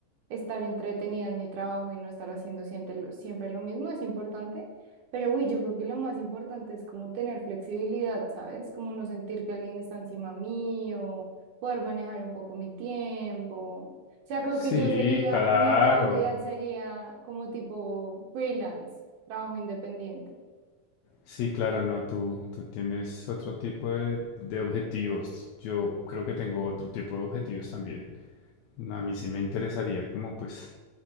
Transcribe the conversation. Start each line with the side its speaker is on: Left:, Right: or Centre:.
Right: estar entretenida en mi trabajo y no estar haciendo siempre lo, siempre lo mismo es importante, pero uy, yo creo que lo más importante es como tener flexibilidad, ¿sabes? Como no sentir que alguien está encima mío, poder manejar un poco mi tiempo. O sea, creo
Left: Sí,
Right: que yo sería,
Left: claro.
Right: mi trabajo ideal sería como tipo freelance, trabajo independiente.
Left: Sí, claro, no, tú, tú tienes otro tipo de, de objetivos. Yo creo que tengo otro tipo de objetivos también. A mí sí me interesaría como pues